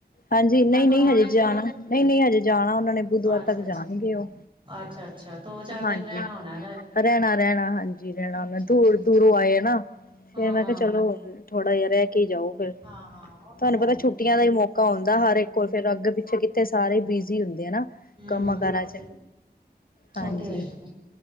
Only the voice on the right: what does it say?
ਮੈਂ ਪਰੋਣੇ
ਚਲੇ
ਅੱਛਾ
ਅੱਛਾ
ਅੱਛਾ ਅੱਛਾ ਦੋ ਚਾਰ
ਦਿਨ ਰਹਿਣਾ ਹੋਣਾ
ਅੱਛਾ
ਅੱਛਾ ਅੱਛਾ
ਹਾਂ
ਹਾਂ
ਹਾਂ
ਹਾਂ ਹਾਂ ਉਹ
ਤੇ ਹੈ
ਹੈ
ਹੂ
ਹੂ
ਔ
ਤੇ
ਔ ਤੇ ਹੈ ਹੀ ਐ,